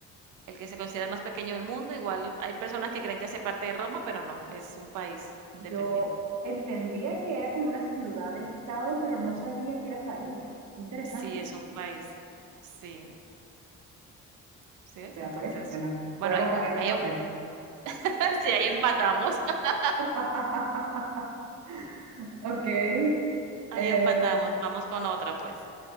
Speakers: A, on the right; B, on the right.
A: el que se considera el más pequeño del mundo. Igual hay personas que creen que hace parte de Roma, pero no, es un país independiente.
B: Yo entendía que era como una ciudad de estado, pero no sabía que era país. Qué interesante.
A: Sí, es un país. Sí, ¿sí ves?
B: Vea
A: Entonces,
B: pues, bueno,
A: bueno,
B: vuelvo
A: hay,
B: a pagar
A: hay
B: el café.
A: <laughs> Sí, ahí empatamos, <laughs>
B: <laughs> Ok.
A: ahí
B: em,
A: empatamos. Vamos con otra, pues.